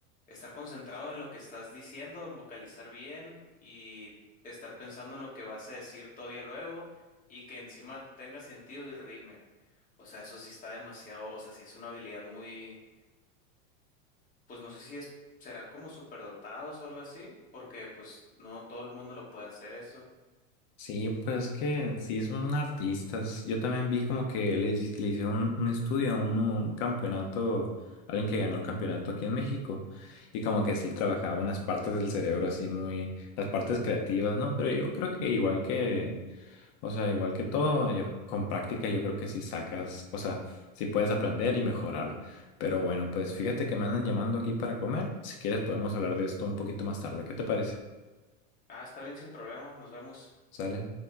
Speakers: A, on the left (about 20°); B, on the left (about 40°).
A: estar concentrado en lo que estás diciendo, en vocalizar bien y estar pensando en lo que vas a decir todavía luego y que encima tenga sentido y rime. O sea, eso sí está demasiado, o sea, sí es una habilidad muy pues no sé si es, serán como superdotados o algo así, porque pues no todo el mundo lo puede hacer eso.
B: Sí, pues es que sí son artistas. Yo también vi como que le, hici- le hicieron un, un estudio a uno, un campeonato, alguien que ganó un campeonato aquí en México. Y como que sí trabajaba unas partes del cerebro así muy, las partes creativas, ¿no? Pero yo creo que igual que, o sea, igual que todo, yo, con práctica yo creo que sí sacas, o sea, sí puedes aprender y mejorar. Pero bueno, pues fíjate que me andan llamando aquí para comer. Si quieres podemos hablar de esto un poquito más tarde. ¿Qué te parece?
A: Ah, está bien, sin problema, nos vemos.
B: ¿Sale?